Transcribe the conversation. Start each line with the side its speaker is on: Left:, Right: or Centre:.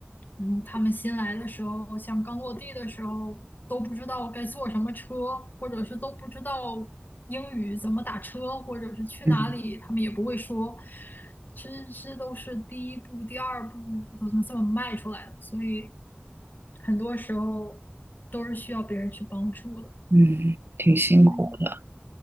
Left: 嗯，他们新来的时候，像刚落地的时候，都不知道该坐什么车，或者是都不知道英语怎么打车，或者是去哪里，
Right: 嗯
Left: 他们也不会说。这这都是第一步、第二步都这么这么迈出来的，所以很多时候都是需要别人去帮助的。
Right: 嗯，挺辛苦的。
Left: 嗯，